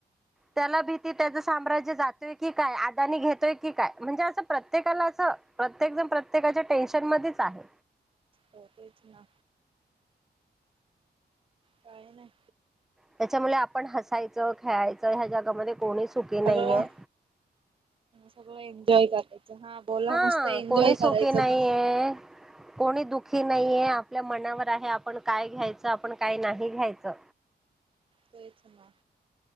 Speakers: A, in the centre; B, on the right.
A: त्याला भीती त्याचं साम्राज्य जातोय की काय आदानी घेतोय की काय म्हणजे असं प्रत्येकाला असं प्रत्येक जण प्रत्येकाच्या टेन्शन मध्ये आहे.
B: हो तेच ना काय नाय
A: त्याच्यामुळे आपण हसायचं खेळायचं ह्या जगामध्ये कोणी सुखी
B: सगळं
A: नाही आहे.
B: सगळं एन्जॉय करायचं हा बोला
A: हा
B: मस्त एन्जॉय
A: कोणी सुखी
B: करायचं
A: नाहीये
B: बस.
A: कोणी दुःखी दुखी नाहीये आपल्या मनावर आहे आपण काय घ्यायचं आपण काय नाही घ्यायचं
B: तेच ना.